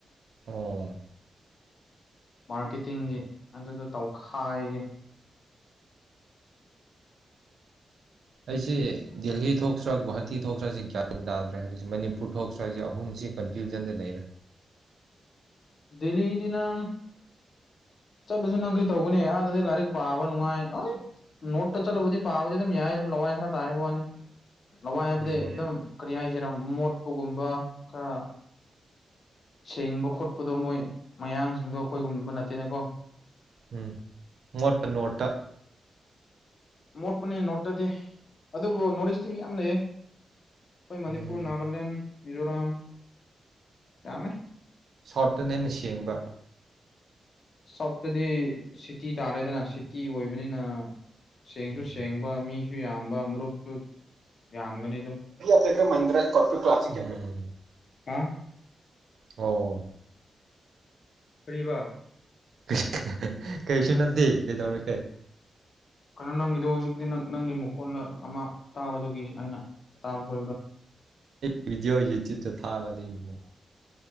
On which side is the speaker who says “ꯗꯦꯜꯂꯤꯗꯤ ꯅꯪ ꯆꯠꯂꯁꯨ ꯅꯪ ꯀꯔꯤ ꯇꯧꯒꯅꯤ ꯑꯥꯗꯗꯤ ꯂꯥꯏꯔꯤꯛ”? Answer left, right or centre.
Left